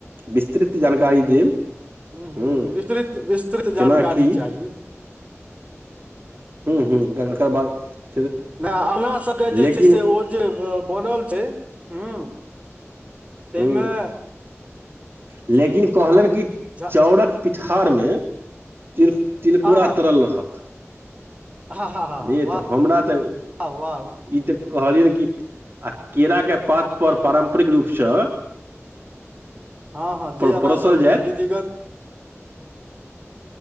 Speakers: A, on the right; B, on the right.
A: विस्तृत जानकारी देब
B: हु हु
A: हूँ
B: विस्तृत विस्तृत
A: केना
B: जानकारी
A: की
B: चाही
A: <unintelligible>
B: नै अपना सभ केँ जे
A: लेकिन
B: छै से ओ जे बनल छै <inaudible> हु तैय
A: हूँ
B: में
A: लेकिन कहलनि कि
B: झा
A: चाउरक पिठारमे तिल-तिलकोरा
B: आहा
A: तरल रहत
B: हा हा हा
A: रे
B: वाह
A: तऽ हमरा तऽ ओ
B: वाह
A: ई तऽ कहलियै ने कि आ केराक के पात पर पारम्परिक रूपसँ <inaudible>
B: हाँ हाँ
A: पर
B: जे अहाँ
A: परोसल
B: सबके
A: जायत
B: विधिगत